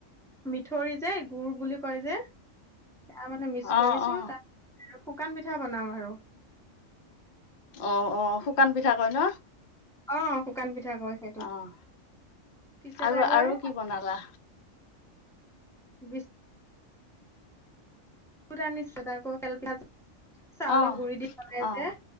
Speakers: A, in the centre; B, on the left.
A: মিঠই যে, গুড় বুলি কয় যে? সেয়া মানে মিক্স
B: অঁ
A: কৰিছো
B: অঁ
A: তাৰ আৰু শুকান পিঠা বনাম আৰু।
B: অ অ শুকান পিঠা কয় ন?
A: অ শুকান পিঠা কয় সেইটো।
B: অঁ
A: পিছে
B: আৰু
A: তাই কয়
B: আৰু কি বনালা
A: বিচ অৰ্ডাৰ <unintelligible> চাউলৰ
B: অঁ
A: গুৰি দি পিনে
B: অঁ
A: যে,